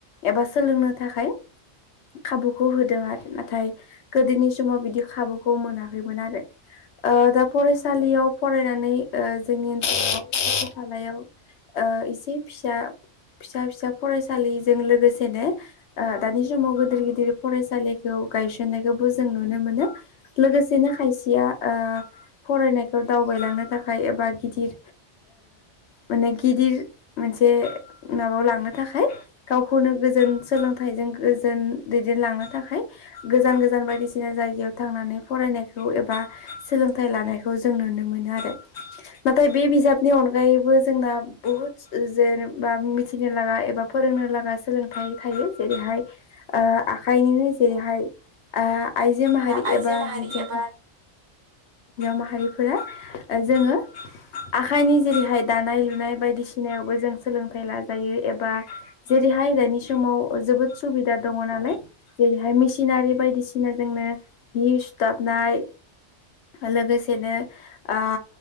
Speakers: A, on the left; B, on the right.
A: एबा सोलोंनो थाखाय खाबुखौ होदों आरो नाथाय गोदोनि समाव बिदि खाबुखौ मोनाखैमोन आरो दा फरायसालियाव
B: ओ
A: फरायनानै जोंनि ओनसोलाव खाथि खालायाव एसे फिसा फिसा फिसा फरायसालिजों लोगोसेनो दानि समाव गिदिर गिदिर फरायसालिखौ गायसननायखौबो जों नुनो मोनो लोगोसेनो खायसेया फरायनायखौ दावबायलांनो थाखाय एबा गिदिर माने गिदिर मोनसे माबायाव लांनो थाखाय गावखौनो गोजोन सोलोंथाइजों गोजोन दैदेनलां नो थाखाय गोजांन गोजान बायदिसिना जायगायाव थांनानै फरायनायखौ एबा सोलोंथाइ लानायखौ जों नुनो मोनो आरो नाथाय बे बिजाबनि अनगायैबो जोंना बुहुत जेनेबा मिथिनो लागा एबा फ फोरोंनो लागा सोलोंथाइ थायो जेरैहाय आखाइनिनो जेरैहाय आइजो माहारि
B: आइजो
A: एबा
B: माहारि
A: हिनजाव
B: एबा
A: माहारिफोरा जोङो
B: <inaudible>
A: आखाइनि जेरैहाय दानाय लुनाय बायदिसिनायावबो जों सोलोंथाइ लाजायो एबा जेरै हाय दानि समाव जोबोद सुबिदा दङ नालाय जेरैहाय मेसिनारि बायदिसिना जोंनो हि सुथाबननाय लोगोसेनो ओ